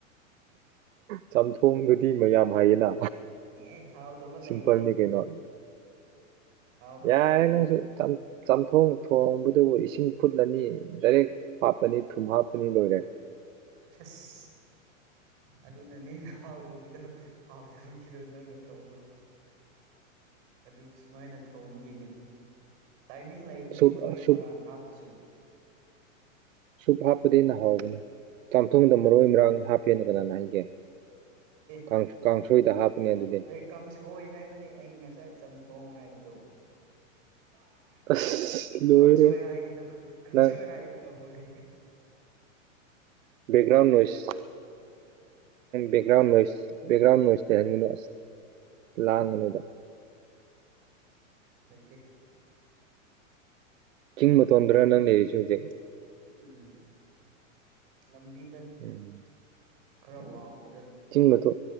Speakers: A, on the right; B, on the right.
A: ꯆꯝꯊꯣꯡꯗꯨꯗꯤ ꯃꯌꯥꯝ ꯍꯥꯏꯌꯦꯅ
B: ꯑꯦ ꯍꯥꯎꯗꯕ
A: ꯁꯤꯝꯄꯜꯅꯤ
B: ꯂꯩꯕꯅꯤ
A: ꯀꯩꯅꯣ꯫
B: ꯍꯥꯎꯗꯕ
A: ꯌꯥꯔꯦ
B: ꯂꯩꯕꯅꯤ
A: ꯅꯪꯁꯨ ꯆꯝꯊꯣꯡ ꯊꯣꯡꯕ ꯑꯗꯨꯕꯨ ꯏꯁꯤꯡ ꯐꯨꯠꯂꯅꯤ ꯗꯥꯏꯔꯦꯛ ꯍꯥꯞꯄꯅꯤ ꯊꯨꯝ ꯍꯥꯞꯄꯅꯤ ꯂꯣꯏꯔꯦ꯫
B: ꯑꯁ ꯑꯗꯨꯅꯅꯦꯅ ꯍꯥꯎꯗꯕꯤꯗꯣ ꯍꯥꯎꯗꯕꯒꯤꯗꯣ ꯅꯪꯅ ꯊꯣꯡꯕ ꯑꯗꯨ ꯁꯨꯃꯥꯏꯅ ꯊꯣꯡꯕꯒꯤꯅꯤ꯫ ꯇꯥꯏꯃꯤꯡ ꯂꯩꯕꯅꯤ
A: ꯁꯨꯞ
B: ꯃꯔꯣꯏ-
A: ꯁꯨꯞ
B: ꯃꯔꯥꯡ ꯍꯥꯞꯄꯁꯨ꯫
A: ꯁꯨꯞ ꯍꯥꯞꯄꯗꯒꯤ ꯅꯍꯥꯎꯕꯅꯤ ꯆꯥꯝꯊꯣꯡꯗ ꯃꯔꯣꯏ ꯃꯔꯥꯡ ꯍꯥꯞꯄꯦꯅ ꯀꯅꯥꯅ ꯍꯥꯏꯒꯦ?
B: ꯑꯦ
A: ꯀꯥꯡ ꯀꯥꯡꯁꯣꯏꯗ ꯍꯥꯞꯄꯅꯦ ꯑꯗꯨꯗꯤ
B: ꯑꯦ ꯀꯥꯡꯁꯣꯏ ꯍꯥꯏꯕꯅꯦ ꯑꯩ ꯉꯁꯥꯏ ꯆꯝꯊꯣꯡ ꯍꯥꯏꯕꯗꯣ! <inaudible>
A: ꯑꯁ ꯂꯣꯏꯔꯦ
B: ꯀꯥꯡꯁꯣꯏ ꯍꯥꯏꯒꯦ ꯇꯧ ꯀꯥꯡꯁꯣꯏ
A: ꯅꯪ
B: ꯍꯥꯏꯒꯦ ꯇꯧꯕꯅꯤ꯫
A: Background noise background noise background ꯅꯣꯏꯁꯇ ꯍꯥꯏꯟꯒꯅꯨ ꯑꯁ ꯂꯥꯡꯉꯅꯨꯕ
B: ꯂꯩꯇꯦ
A: ꯆꯤꯡ ꯃꯇꯣꯟꯗꯔꯥ ꯅꯪ ꯂꯩꯔꯤꯁꯦ ꯍꯧꯖꯤꯛ
B: ꯎꯝ ꯂꯝꯕꯤ
A: ꯎꯝ
B: ꯈꯔ ꯋꯥꯡꯕ
A: ꯆꯤꯡ ꯃꯇꯣ